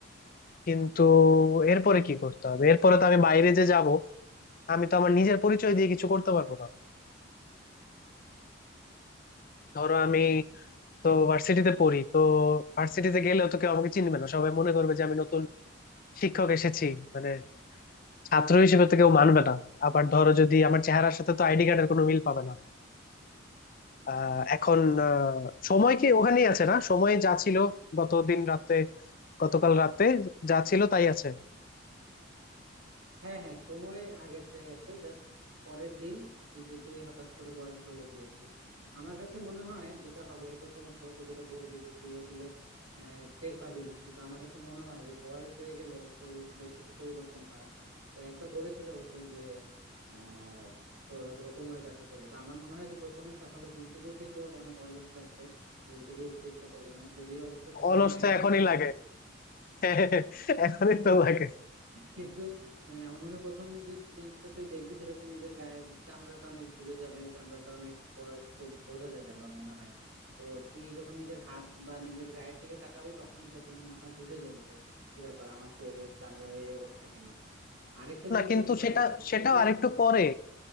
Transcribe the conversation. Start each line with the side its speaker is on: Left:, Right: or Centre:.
Left: কিন্তু এরপরে কি করতে হবে এরপরে তো আমি বাইরে যে যাব আমি তো আমার নিজের পরিচয় দিয়ে কিছু করতে পারবো না ধরো আমি তো ভার্সিটিতে পড়ি তো ভার্সিটিতে গেলেও তো কেউ আমাকে চিনবে না সবাই মনে করবে যে আমি নতুন শিক্ষক এসেছি মানে ছাত্র হিসেবে তো কেউ মানবে না আবার ধরো যদি আমার চেহারার সাথে তো আইডি কার্ডের কোনো মিল পাবে না আহ এখন আহ, সময় কি ওখানেই আছে না সময় যা ছিল গত দিন রাতে গতকাল রাতে যা ছিল তাই আছে
Right: হ্যাঁ হ্যাঁ সময় আগেরটাই আছে জাস্ট পরের দিন কিন্তু তুই হঠাৎ করে বয়স্ক হয়ে গিয়েছিস আমার কাছে মনে হয় যেটা হবে প্রথমত তুই যেটা বললি যে তুই আসলে আহ, টের পাবি না কিন্তু আমার কাছে মনে হয় যে বয়স হয়ে গেলে শরীরে বেশ কিছু পরিবর্তন হয় তো একটা বলেছিস অবশ্য যে আহ তোর হয়তো বা কোমরে ব্যথা করবে তো আমার মনে হয় যে প্রথমে সকালে ঘুম থেকে উঠে তোর অনেক অলস লাগবে ঘুম থেকে উঠতে ইচ্ছা করবে না যদিও অবশ্য সেটা
Left: অলস
Right: মনে হয়
Left: তো
Right: এখনো
Left: এখনই
Right: লাগে
Left: লাগে <laughs> এখনই তো লাগে
Right: কিন্তু মানে আমার মনে হয় প্রথম যে চেঞ্জটা তুই দেখবি সেটা হচ্ছে নিজের গায়ের চামড়াটা অনেক ঝুলে যাবে চামড়াটা অনেক বয়স্ক বোঝা যাবে আমার মনে হয় তো তুই যখন নিজের হাত বা নিজের গায়ের দিকে তাকাবি তখনই প্রথম মনে হয় বুঝে যাবি যে কি ব্যাপার আমার শরীরের চামড়ার এই অবস্থা কেন আরেকটা জিনিস
Left: না কিন্তু
Right: হতে পারে
Left: সেটা
Right: সেটা হচ্ছে
Left: সেটাও
Right: তোর
Left: আরেকটু পরে